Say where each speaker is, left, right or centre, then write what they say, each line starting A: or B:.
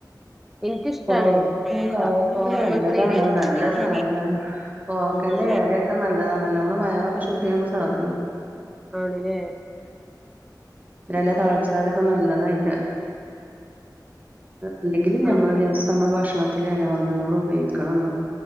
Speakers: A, on the right; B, in the centre.
A: <inaudible>
B: എനിക്കിഷ്ടാണ്
A: കോവ
B: ഒക്കെ
A: ഉ കോവക്കൊക്കെ
B: തോരംവെക്കണേല്
A: നല്ലതാണ് നല്ല
B: ആഹ്
A: സാധന കോവക്കന്റെ
B: ആഹ്
A: ഏലയൊക്കെ നല്ലതണല്ലോ നമ്മള് വയറൊക്കെ ശുദ്ധിയാണ് സാധനം
B: ആണല്ലേ
A: ഇല്ല തളിചാലൊക്കെ നല്ലതാ അതിന്റെ അല്ലെങ്കിൽ ഞമ്മളെ
B: ആഹ്
A: ദിവസം നമ്മളെ ഭക്ഷണത്തിലെ എലവർഗ്ഗങ്ങൾ ഉപയോഗിക്കണം